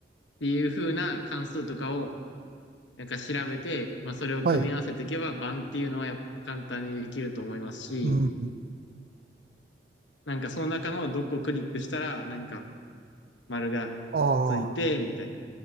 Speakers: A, on the left; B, on the right.
A: ていう風な関数とかを、なんか調べて、まあ、それを組み合わせていけば、
B: はい。
A: 盤っていうのはやっぱ簡単にできると思いますし、
B: うん。
A: なんかその中のどこをクリックしたら、なんか丸がついて、
B: あ
A: みたいな。